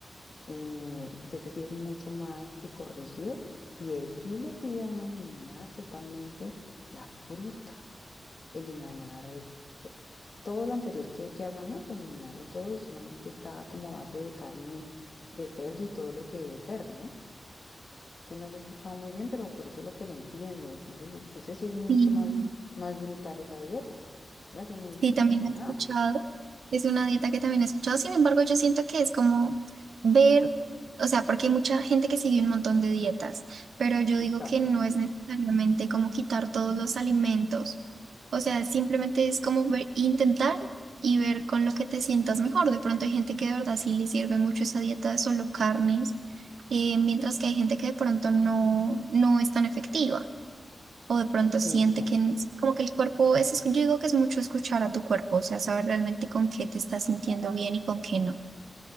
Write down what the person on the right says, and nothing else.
Sí.
Sí, también
la he escuchado. Es una dieta que también he escuchado. Sin embargo, yo siento que es como ver, o sea, porque hay mucha gente que sigue un montón de dietas, pero yo
digo que no es necesariamente como quitar todos los alimentos. O sea, simplemente es como ver- intentar y ver con lo que te sientas mejor. De pronto hay gente que de verdad sí le sirve mucho esa dieta de solo carnes, eh, mientras que hay gente que de pronto no, no es tan efectiva o de pronto siente
que n- como que el cuerpo es, escu- yo digo que es mucho escuchar a tu cuerpo, o sea, saber realmente con qué te estás sintiendo bien y con qué no.